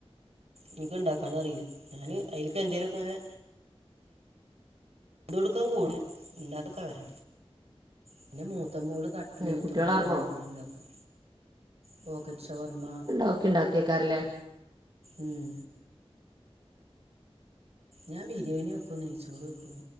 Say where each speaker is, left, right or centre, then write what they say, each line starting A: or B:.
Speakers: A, on the right; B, on the right.
A: ഇനിക്കൊണ്ടാക്കാനറീല്ല ഞാന് അയ്ല്ക്ക് എന്തേല്വക്ക്ങ്ങനെ ത്കൊടുക്കാൻ കൂടെ ഇണ്ടാകൊക്കെ അവരാ പിന്നെ മൂത്തമോള് കട്ട്ലേറ്റ്ങ്ങനെള്ളതക്കെ
B: കുട്ടികളെറങ്ങോ
A: അവള്ണ്ടാക്കും പോക്കറ്റ് ഷവർമ്മ
B: അവ്ക്കിണ്ടാക്ക് കേക്കാറ്ല്ലേ
A: ഉം ഞാൻ ബിരിയേണി വെക്കും നെയ്ച്ചോറ് വെക്കും